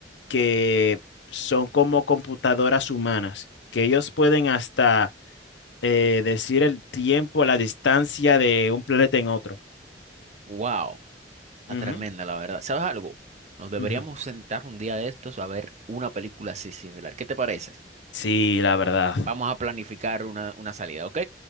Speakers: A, on the left; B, on the right.
A: que son como computadoras humanas, que ellos pueden hasta eh, decir el tiempo, la distancia de un planeta en otro.
B: Wow. Está
A: Ujú,
B: tremenda, la verdad. ¿Sabes algo? Nos deberíamos
A: ujú.
B: sentar un día de estos a ver una película así similar. ¿Qué te parece?
A: Sí, la verdad.
B: Vamos a planificar una, una salida, ¿ok?